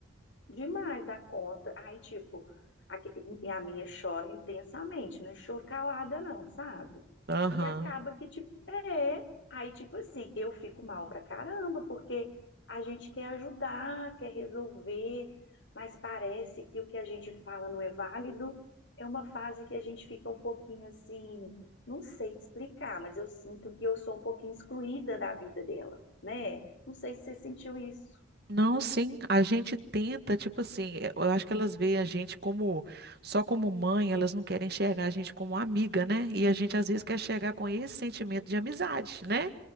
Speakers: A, on the left; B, on the right.
A: Demais da conta. Aí, tipo, a, e a minha chora intensamente, não é choro calada, não, sabe?
B: Aham.
A: E acaba que, tipo, é. Aí, tipo assim, eu fico mal pra caramba, porque a gente quer ajudar, quer resolver, mas parece que o que a gente fala não é válido. É uma fase que a gente fica um pouquinho assim, não sei te explicar, mas eu sinto que eu sou um pouquinho excluída da vida dela, né? Não sei se você sentiu isso.
B: Não, sim, a gente tenta, tipo assim, eh, eu acho que elas veem a gente como, só como mãe, elas não querem enxergar a gente como amiga, né? E a gente às vezes quer chegar com esse sentimento de amizade, né?